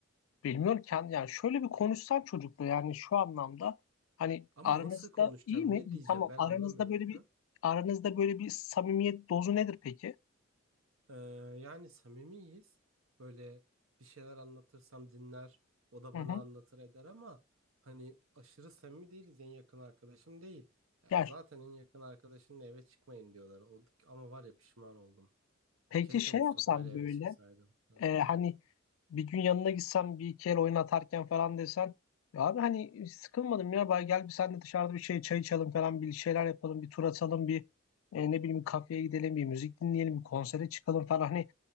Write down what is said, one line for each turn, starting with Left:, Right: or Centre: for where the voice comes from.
Left: bilmiyorken yani şöyle bir konuşsan çocukla yani şu anlamda hani
Right: Ama
Left: aranızda
Right: nasıl konuşacağım
Left: iyi mi?
Right: ne diyeceğim
Left: Tamam
Right: ben
Left: aranızda
Right: anlamıyorum.
Left: böyle bir aranızda böyle bir samimiyet dozu nedir peki?
Right: Ee, yani samimiyiz. Böyle bir şeyler anlatırsam dinler, o da
Left: Hı
Right: bana
Left: hı.
Right: anlatır eder ama hani aşırı samimi değiliz, en yakın arkadaşım değil. Yani
Left: Ya
Right: zaten en yakın arkadaşınla eve çıkmayın diyorlar. O, ama var ya pişman oldum.
Left: peki
Right: Keşke
Left: şey
Right: Mustafa
Left: yapsan
Right: ile eve
Left: böyle
Right: çıksaydım. Ha.
Left: e, hani bir gün yanına gitsem bir iki el oyun atarken falan desen ya abi hani sıkılmadım ya bay gel bir sen de dışarıda bir şey çay içelim falan bir şeyler yapalım bir tur atalım bir e, ne bileyim bir kafeye gidelim bir müzik dinleyelim bir konsere çıkalım falan hani